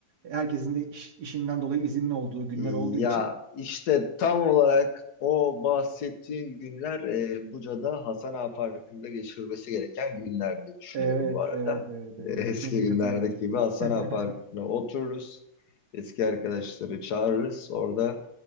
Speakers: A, on the right; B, on the left.
A: herkesin de iş- işinden dolayı izinli olduğu günler
B: Ya
A: olduğu için
B: işte tam olarak o bahsettiğin günler e, Buca'da Hasan Ağa Parkı'nda geçirilmesi gereken günler diye düşünüyorum
A: Evet,
B: bu arada.
A: evet, evet, evet.
B: E, eski
A: Kesinlikle
B: günlerdeki
A: katılıyorum.
B: gibi Hasan
A: <laughs>
B: Ağa Parkı'na otururuz. Eski arkadaşları çağırırız. Orada